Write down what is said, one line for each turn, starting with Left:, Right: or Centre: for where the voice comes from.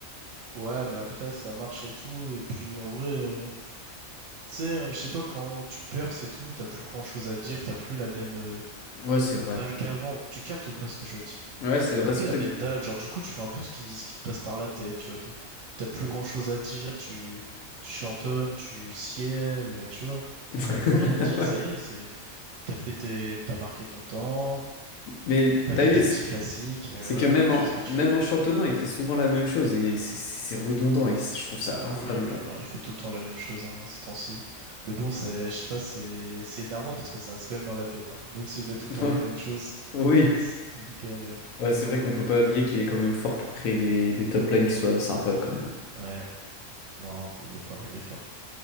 Right: Ouais, mais après ça marche et tout, et puis en vrai, euh, tu sais, euh, je sais pas, quand tu perds et tout, t'as plus grand chose à dire, t'as plus la même euh,
Left: Ouais, c'est vrai.
Right: dalle qu'avant. Tu captes ou pas ce que je veux dire?
Left: Ouais, c'est vrai,
Right: T'as plus
Left: c'est
Right: la
Left: peut-être.
Right: même dalle, genre du coup tu fais un peu ce qui, ce qui te passe par la tête, tu vois. T'es- T'as plus grand chose à dire, tu, tu chantonnes, tu ciels, euh, tu vois.
Left: <laughs>
Right: T'as plus rien à dire,
Left: Ouais.
Right: ça y est, c'est, t'as fait tes, t'as marqué ton temps,
Left: Mais
Right: t'as
Left: t'as
Right: fait
Left: vu,
Right: tes
Left: c'est
Right: petits classiques, euh,
Left: c'est
Right: voilà,
Left: que même
Right: maintenant tu
Left: en,
Right: fais ce que tu.
Left: même en chantonnant, il fait souvent la même chose et c'est c'est redondant et c'est- je trouve ça
Right: Ah
Left: infâme,
Right: oui, oui,
Left: genre.
Right: non, il fait tout le temps la même chose, hein, ces temps-ci. Mais bon, c'est, je sais pas, c'est, c'est énervant parce que ça reste quand même dans la tête, hein. Même s'il fait
Left: <laughs>
Right: tout le temps la même chose,
Left: Oui.
Right: <laughs> c'est une galère.
Left: Ouais, c'est vrai qu'on peut pas nier qu'il est quand même fort pour créer des, des top lines qui soient sympas quand même.
Right: Ouais, non, il est fort, il est fort.